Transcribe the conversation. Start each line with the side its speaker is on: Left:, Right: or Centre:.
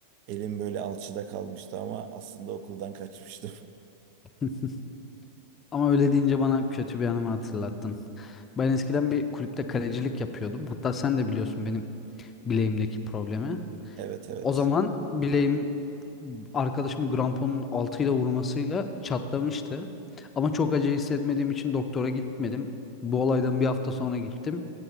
Right: Elim böyle alçıda kalmıştı ama aslında okuldan kaçmıştım. <laughs>
Left: <laughs> Ama öyle deyince bana kötü bir anımı hatırlattın. Ben eskiden bir kulüpte kalecilik yapıyordum. Hatta sen de biliyorsun benim bileğimdeki problemi.
Right: Evet evet.
Left: O zaman bileğim arkadaşımı gramponun altıyla vurmasıyla çatlamıştı. Ama çok acı hissetmediğim için doktora gitmedim. Bu olaydan bir hafta sonra gittim